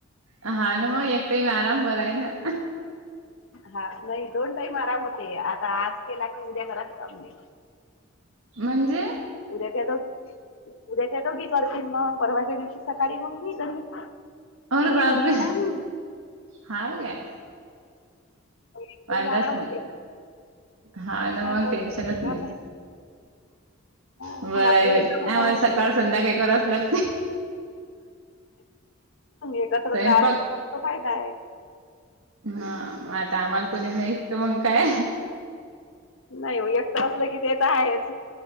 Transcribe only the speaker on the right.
हा ना मग एक टाईम आराम बरं आहे ना.
म्हणजे.
आरे
बापरे
हाव काय
वांदाच
नाही
हा ना मग
टेन्शनच
नाही.
बरं
आहे बाई
आम्हाला
सकाळ
संध्याकाळी करावच लागते.
स्वयंपाक
हा मग आता आम्हाला कोणी नाही त मग काय